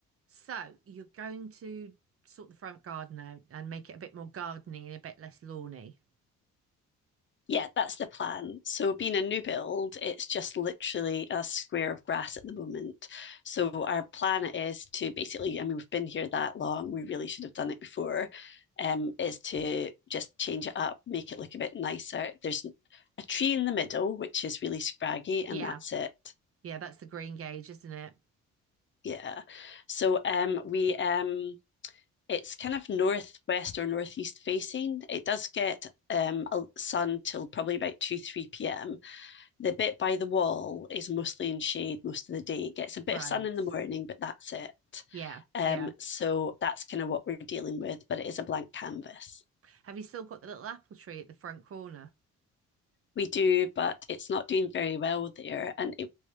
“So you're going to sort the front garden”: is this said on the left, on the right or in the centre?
Right